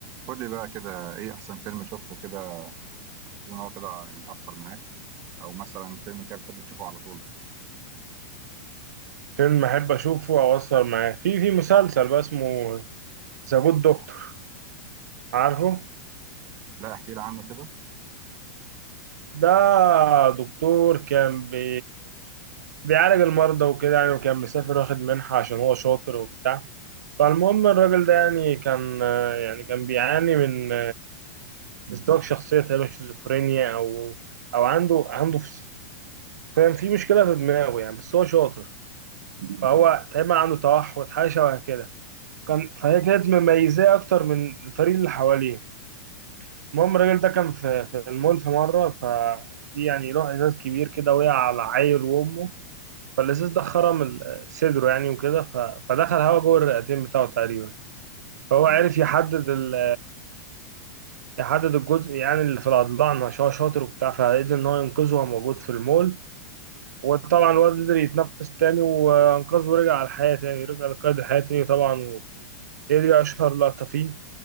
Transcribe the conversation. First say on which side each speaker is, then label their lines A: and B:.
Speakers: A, on the right (about 25°); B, on the right (about 75°).
A: قول لي بقى كده ايه احسن فيلم شفته كده تحس ان هو كده يعني اثر معاك او مثلا فيلم كده بتحب تشوفه على طول
B: فيلم احب اشوفه او اسهر معاه في في مسلسل بقى اسمه ذا جود دكتور عارفه
A: لا احكي لي عنه كده
B: ده دكتور كان بي بيعالج المرضى وكده يعني وكان مسافر واخد منحة عشان هو شاطر وبتاع فالمهم الراجل ده يعني كان يعني كان بيعاني من ازدواج شخصية تقريبا شيزوفرينيا او او عنده عنده فس- فاهم في مشكلة في دماغه يعني بس هو شاطر فهو تقريبا عنده توحد حاجة شبه كده كان فهي كانت مميزاه اكتر من الفريق اللي حواليه المهم الراجل ده كان في في المول في مرة ففي يعني له ازاز كبير كده وقع على عيل وامه فالازاز ده خرم ال- صدره يعني وكده ف- فدخل هوا جوه الرئتين بتاعه تقريبا فهو
A: تمام
B: عرف يحدد ال... يحدد الجزء يعني اللي في الأضلاع عشان هو شاطر وبتاع فقدر إن هو ينقذه وهو موجود في المول وطبعا الواد قدر يتنفس تاني وأنقذه ورجع على الحياة تاني رجع لقيد الحياة تاني طبعا و... هي دي أشهر لقطة فيه